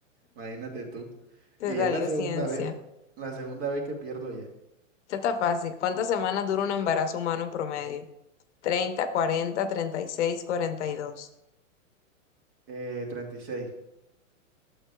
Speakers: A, on the right (about 45°); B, on the left (about 60°).
A: Imagínate tú.
B: Te
A: Y
B: salió
A: es la segunda
B: ciencia.
A: vez, la segunda vez que pierdo ya.
B: Esto está fácil. ¿Cuántas semanas dura un embarazo humano en promedio? treinta treinta cuarenta treinta y seis cuarenta y dos
A: Eh, treinta y seis